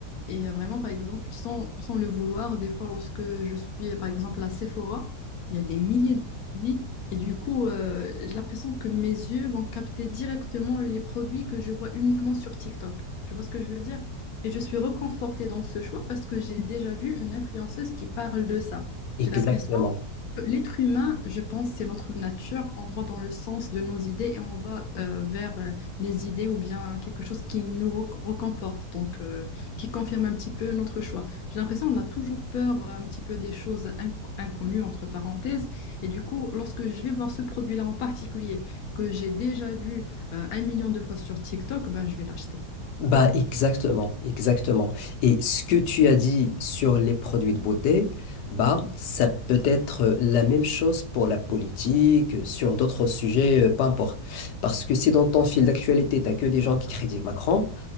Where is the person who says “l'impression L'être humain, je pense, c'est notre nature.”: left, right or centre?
Left